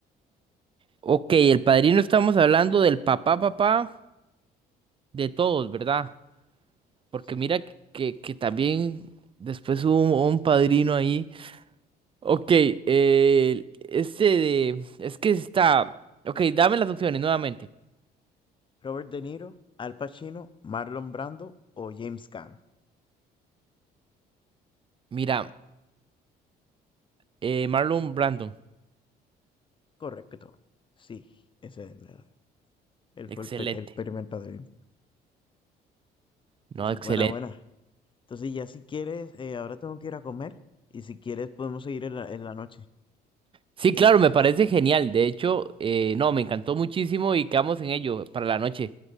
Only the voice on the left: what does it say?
Sí.
Robert De Niro, Al Pacino, Marlon Brando o James Caan.
Correcto. Sí, ese es el, él
fue el, pe- el primer padrino.
Entonces,
buena, buena. Entonces, ya si quieres, eh, ahora tengo que ir a comer y si quieres podemos seguir en la, en la noche.
¿Qué
dices?